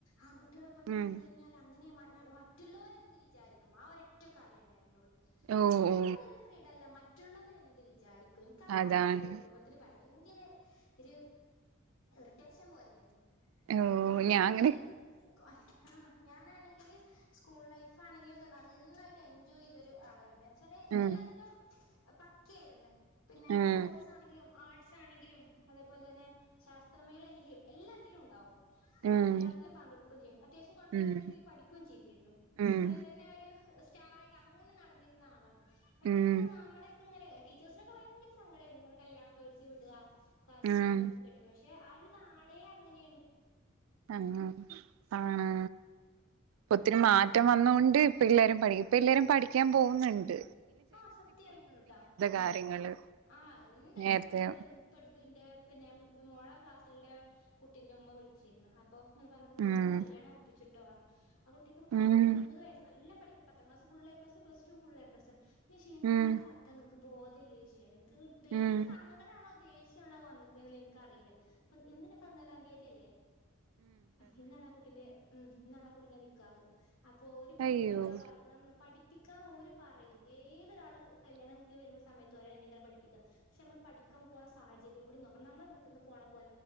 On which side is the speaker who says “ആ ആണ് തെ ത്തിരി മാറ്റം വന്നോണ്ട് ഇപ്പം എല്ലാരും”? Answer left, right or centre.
Right